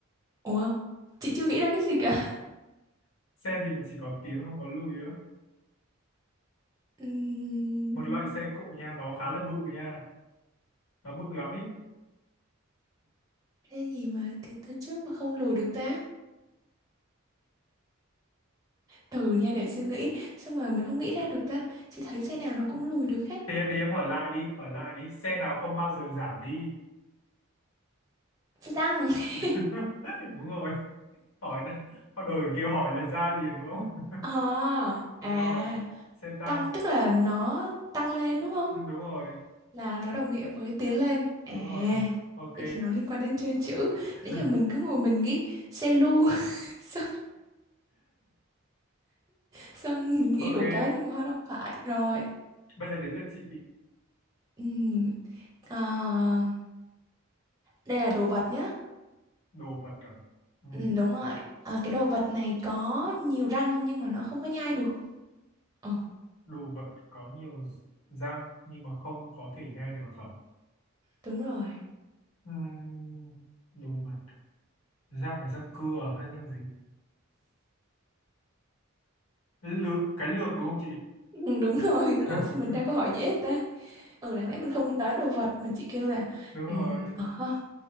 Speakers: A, on the right; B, on the left.
A: Ủa, chị chưa nghĩ ra cái gì cả.
B: xe gì mà chỉ có tiến không có lùi á
A: Ừm,
B: một loại xe cộ nha nó khá là bự nha nó bự lắm ý
A: Cái gì mà tiến tới trước mà không lùi được ta? Từ nha để suy nghĩ, sao mà mình không nghĩ ra được ta? Chị thấy xe nào nó cũng lùi được hết.
B: thế đi em hỏi lại đi hỏi lại đi xe nào không bao giờ giảm đi
A: Xe tăng. <laughs>
B: <laughs> đúng rồi hỏi là họ đổi kiểu hỏi là ra liền đúng không
A: Ờ,
B: <laughs>
A: à,
B: đúng rồi xe tăng
A: tăng tức là nó tăng lên đúng không?
B: Ừ, đúng rồi
A: Là nó đồng nghĩa với tiến lên. À,
B: đúng rồi ok
A: vậy thì nó liên quan đến chơi chữ.
B: <laughs>
A: Nãy giờ mình cứ ngồi mình nghĩ xe lu, <laughs> xong, xong nghĩ
B: ok
A: đủ cái nhưng mà họ không phải. Rồi,
B: bây giờ đến lượt chị
A: ừm, à, đây là đồ vật nhá.
B: đồ vật à ừ.
A: Ừ, đúng rồi. Ờ, cái đồ vật này có nhiều răng nhưng mà nó không có nhai được. Ờ,
B: đồ vật có nhiều răng nhưng mà không có thể nhai được hả?
A: đúng rồi.
B: Ừm, đồ vật răng là răng cưa à hay răng gì? Lược, cái lược đúng không chị?
A: Ừ, đúng rồi.
B: <laughs>
A: Ủa sao mình ra câu hỏi dễ ta? Ừ, đáng lẽ mình không nên nói đồ vật, mình chỉ kêu là
B: Đúng rồi.
A: ừ, ờ, ha,